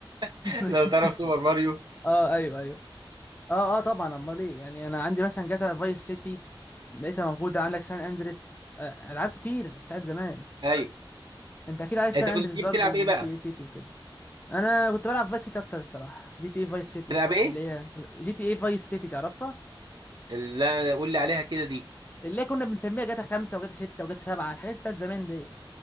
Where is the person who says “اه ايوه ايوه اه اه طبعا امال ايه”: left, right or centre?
Left